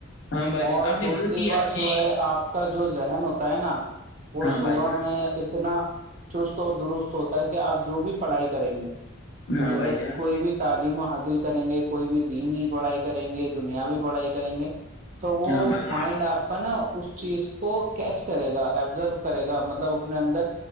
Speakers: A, on the left; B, on the right.
A: ہاں بھائی
B: اور
A: جان آپ نے
B: دوسری
A: بہت ہی
B: بات
A: اچھی
B: جو ہے آپ کا جو ذہن ہوتا ہے نا وہ
A: ہاں
B: صبح
A: بھائی جان
B: میں اتنا چست اور درست ہوتا ہے کہ آپ جو بھی پڑھائی کریں گے
A: ہاں
B: جیسے
A: بھائی جان
B: کوئی بھی تعلیم حاصل کریں گے کوئی بھی دینی پڑھائی کریں گے دنیاوی پڑھائی کریں گے تو وہ
A: ہاں بھائی
B: مائنڈ آپ نا اس چیز کو کیچ کرے گا ایبزرو کرے گا مطلب اپنے اندر